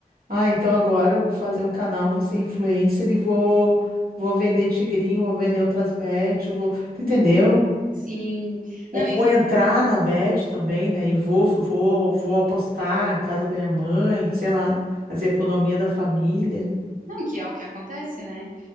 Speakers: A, on the right (about 85°); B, on the right (about 60°).
A: Ah, então agora eu vou fazer um canal, vou ser influencer e vou, vou vender tigrinho, vou vender outras bet, eu vou, tu entendeu?
B: Sim, não,
A: Ou
B: e
A: vou entrar na bet também, né? E vou, vou, vou apostar, casa da minha mãe, sei lá, as economias da família.
B: não que é o que acontece, né?